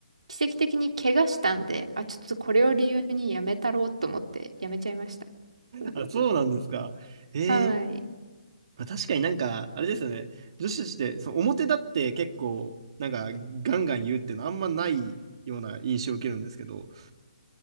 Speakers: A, on the right (about 80°); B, on the right (about 50°).
A: 奇跡的に怪我したんで、あ、ちょっとこれを理由にやめたろうと思ってやめちゃいました。<laughs>
B: あ、そうなんですか。ええ
A: はい。
B: まあ、確かになんか、あれですよね。女子たちって、その表立って結構、なんか、ガンガン言うっていうのあんまないような印象を受けるんですけど、